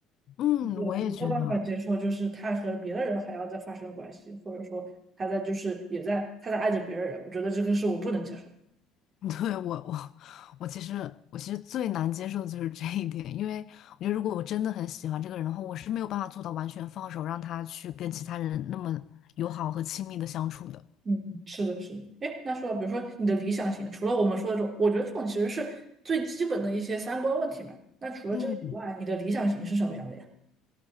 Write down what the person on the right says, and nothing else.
我没有办法接受，
就是他和别的人还要再发生关系，或者说他在就是也在他在爱着别人，我觉得这个是我不能接受的。
嗯，是的，是的。哎，那说到比如说你的理想型，除了我们说的这种，我觉得这种其实是最基本的一些三观问题嘛。那除了这个以外，
你的理想型是什么样的呀？